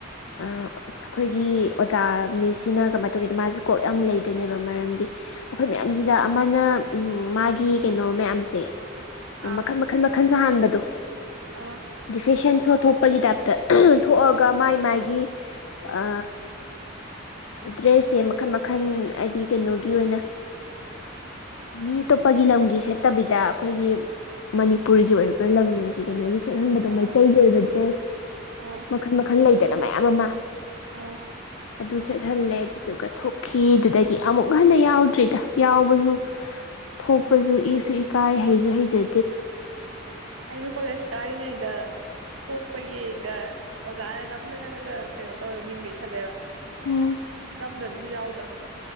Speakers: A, on the left; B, on the right.
A: ꯑ ꯑꯩꯈꯣꯏꯒꯤ ꯑꯣꯖꯥ ꯃꯤꯁ ꯁꯤꯅ ꯀꯃꯥꯢ ꯇꯧꯒꯦꯗ ꯃꯥꯖꯦ ꯀꯣꯛ ꯌꯥꯝ ꯂꯩꯗꯣꯏꯅꯦꯕ ꯃꯔꯝꯗꯤ ꯑꯩꯈꯣꯏ ꯃꯌꯥꯝꯁꯤꯗ ꯑꯃꯅ ꯃꯥꯒꯤ ꯀꯩꯅꯣ ꯃꯌꯥꯝꯁꯦ
B: ꯑꯥ
A: ꯃꯈꯟ ꯃꯈꯟ ꯃꯈꯟ ꯁꯥꯍꯟꯕꯗꯣ
B: ꯑꯥ
A: ꯍꯥꯏꯗꯤ ꯐꯦꯁꯟ ꯁꯣ ꯊꯣꯛꯄꯒꯤ ꯇꯥꯏꯞꯇ ꯊꯣꯛꯑꯒ ꯃꯥꯏ ꯃꯥꯥꯏꯒꯤ ꯑ ꯗ꯭ꯔꯦꯁꯁꯦ ꯃꯈꯟ ꯃꯈꯟ ꯍꯥꯏꯗꯤ ꯀꯩꯅꯣꯒꯤ ꯑꯣꯏꯅ ꯃꯤ ꯑꯇꯣꯞꯄꯒꯤ ꯂꯝꯒꯤ ꯁꯦꯠꯇꯕꯤꯗ ꯑꯩꯈꯣꯏꯒꯤ ꯃꯅꯤꯄꯨꯔꯒꯤ ꯑꯣꯏꯔꯤꯕ ꯂꯝꯒꯤ ꯀꯩꯅꯣꯒꯩ ꯁꯦꯠꯍꯟꯕꯗꯣ
B: ꯑꯥ
A: ꯃꯩꯇꯩꯒꯤ ꯑꯣꯏꯕ ꯗ꯭ꯔꯦꯁ
B: ꯑꯥ
A: ꯃꯈꯜ ꯃꯈꯜ ꯂꯩꯗꯅ ꯃꯌꯥꯝ ꯑꯃ
B: ꯑꯥ
A: ꯑꯗꯨ ꯁꯦꯠꯍꯜꯂꯦ ꯑꯗꯨꯗꯨꯒ ꯊꯣꯛꯈꯤ ꯑꯗꯨꯗꯒꯤ ꯑꯃꯨꯛ ꯍꯟꯅ ꯌꯥꯎꯗ꯭ꯔꯤꯗ ꯌꯥꯎꯕꯖꯨ ꯊꯣꯛꯄꯖꯨ ꯏꯁꯨ ꯏꯀꯥꯏ ꯍꯩꯖꯨ ꯍꯩꯖ
B: ꯑꯩꯁꯨ ꯀꯣꯂꯦꯖ ꯀꯥꯔꯤꯉꯩꯗ ꯊꯣꯛꯄꯒꯤꯒ ꯑꯣꯖꯥꯅ ꯅꯝꯗꯅꯒ ꯀꯩꯅꯣ ꯇꯧꯋꯦꯕ ꯃꯤꯡꯒ ꯏꯁꯜꯂꯦꯕ
A: ꯎꯝ
B: ꯅꯝꯗꯅ ꯑꯗꯨꯝ ꯌꯥꯎ <unintelligible>